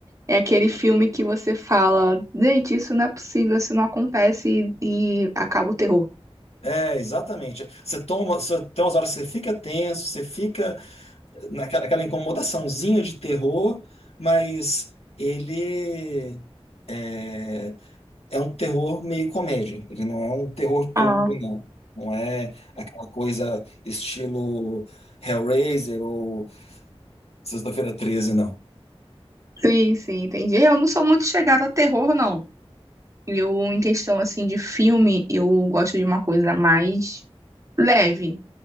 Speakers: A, on the right (about 30°); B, on the left (about 80°).
A: É aquele filme que você fala, gente, isso não é possível, isso não acontece e, e acaba o terror.
B: é, exatamente. Você toma, você, tem umas horas que você fica tenso, você fica naquela aquela incomodaçãozinha de terror, mas ele é, é um terror meio comédia. Ele não é um terror puro,
A: Ah,
B: não. Não é aquela coisa estilo Hellraiser ou Sexta-feira Treze, não.
A: sim, sim, entendi. Eu não sou muito chegada a terror, não. Eu, em questão, assim, de filme, eu gosto de uma coisa mais leve.